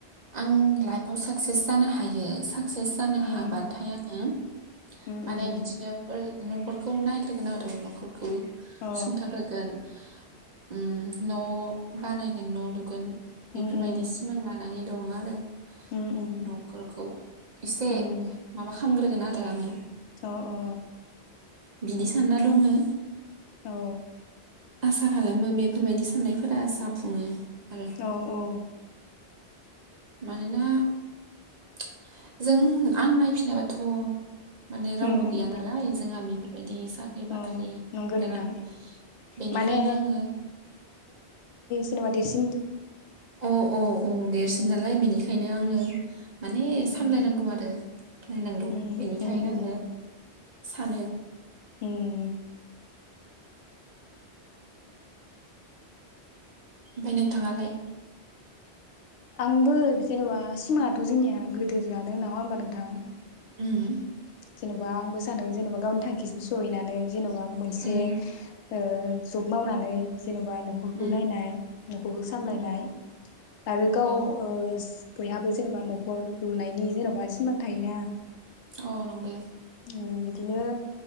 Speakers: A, on the right; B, on the left.
A: आं लाइफआव साक्सेस जानो हायो साक सेस जानो
B: उम
A: हाबाथाय आङो
B: उम
A: माने
B: उम
A: बिदिनो फोर न'खरखौ नाय <unintelligible> आरो नखर खौ
B: अ
A: सुंथाग्रोगोन उम न' बानायगोन न' लुगोन बेफोरबायदि
B: उम उम
A: सिमां ला लानानै दङो आरो। <unintelligible>
B: उम उम
A: न'खरखौ एसे
B: उम
A: माबा खा खामग्रोगोन आरो आङो।
B: अ अ।
A: बिदि स सान्ना दङो।
B: औ।
A: आसा खालामो बेफोरबायदि साननायफोरा जाफुङो। आरो
B: औ औ।
A: मानोना <unintelligible> जों आं नायफिनाबाथ' माने रावबो
B: उम
A: गैया नालाय जोंहा बेफोरबायदि साख्रि बाख्रि
B: औ नंगौ नोंथां
A: गोनां बेनिखायनो
B: माने
A: आङो
B: जेन'बा देरसि
A: औ औ औ देरसिन
B: उम
A: नालाय बेनिखायनो आङो ङो माने
B: उम
A: सामलायनांगौ आरो। नायनांगौ
B: उम
A: बेनिखायनो
B: उम उम
A: आङो सानो।
B: उम।
A: ओमफाय नोंथाङालाय?
B: आंबो जेन'बा सिमाङाथ' जोंनिया गोदोर जानो नङा होमबा नोंथां?
A: उम।
B: जेनेबा आंबो सानदों जेनेबा गावनि थांखिसिम सहैनानै जेन'बा मोनसे
A: उम
B: ओ जब मावनानै। जेन'बा न'खरखौ
A: उम
B: नायनाय न'खरखौ सामलायनाय
A: उम
B: आरो गाव
A: औ
B: ओ बयहाबो जेनेबा न'खर लुनायनि जेनेबा सिमां थायोना।
A: औ नंगे।
B: उम बिदिनो